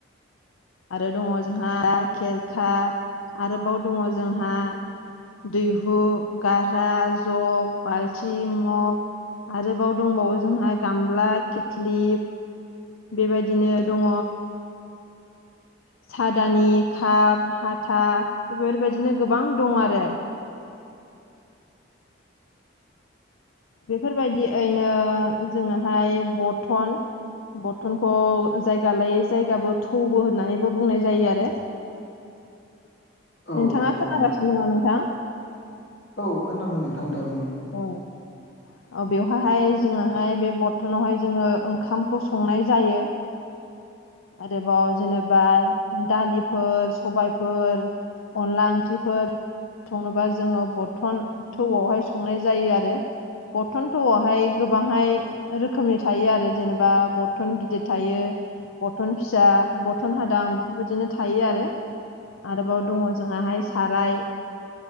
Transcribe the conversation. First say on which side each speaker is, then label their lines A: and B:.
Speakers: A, on the left; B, on the left.
A: आरो दङ जोंहा खेरखा आरोबाव दङ जोंहा दैहु गारा जग बाल्थिं मग। आरोबाव दंबावो जोंहा गामला खिथ्लि बेबायदिनो दङ। सादानि काप हाथा बेफोरबायदिनो गोबां दं आरो बेफोरबायदि ओैनो जोङोहाय बरथन। बरथनखौ जायगा लायै जायगाबो थौबो होननानैबो बुंनाय जायो आरो नोंथाङा
B: औ नंगौ
A: खोनागासिनो
B: नोंथां
A: दङ नोंथां?
B: औ खोनादों नोंथां दे बुं।
A: ओम बेवहहाय जोङोहाय बे बरथनावहाय जोङो ओंखामखौ संनाय जायो। आरोबाव जेनेबा दालिफोर सबायफोर। अनला ओंख्रिफोर सङोबा जोङो बर्थन थौआवहाय संनाय जायो आरो बरथनथ'थौआवहाय गोबांहाय रोखोमनि थायो आरो जेनेबा बरथन गिदिर थायो। बथन फिसा बथन हादां बेफोरबायदिनो थायो आरो आरोबाव दङ जोंहाहाय साराय